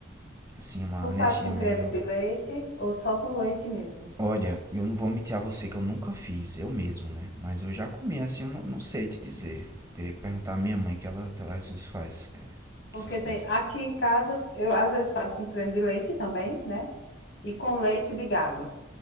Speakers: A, on the right; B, on the left.
A: Assim, uma
B: Tu
A: energia
B: faz com
A: meio
B: creme de leite ou só com leite mesmo?
A: Olha, eu não vou mentir a você que eu nunca fiz, eu mesmo, né? Mas eu já comi assim, eu não, não sei te dizer. Teria que perguntar à minha mãe, que ela, que ela às vezes faz é,
B: Porque
A: essas coisas.
B: tem aqui em casa, eu às vezes faço com creme de leite também, né? E com leite de gado,